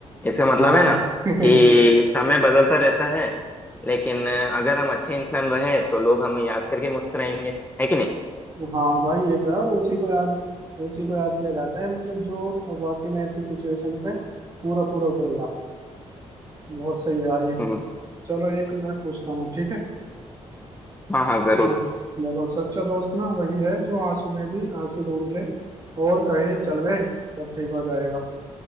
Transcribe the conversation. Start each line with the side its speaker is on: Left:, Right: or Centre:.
Left: इसका मतलब
Right: हाँ
Left: है ना
Right: <laughs>
Left: कि समय बदलता रहता है लेकिन अगर हम अच्छे इंसान रहे तो लोग हमें याद करके मुस्कुराएंगे है कि नहीं
Right: हाँ भाई ये तो है और उसी को याद उसी को याद किया जाता है मतलब जो वाकई में ऐसी सिचुएशन पे पूरा पूरा उतरेगा बहुत सही है यार ये
Left: हम्म,
Right: चलो एक मैं पूछता हूँ ठीक है
Left: हाँ हाँ जरूर
Right: हाँ देखो सच्चा दोस्त ना वही है जो आंसू में भी हंसी ढूंढ ले और कहे चल बे सब ठीक हो जाएगा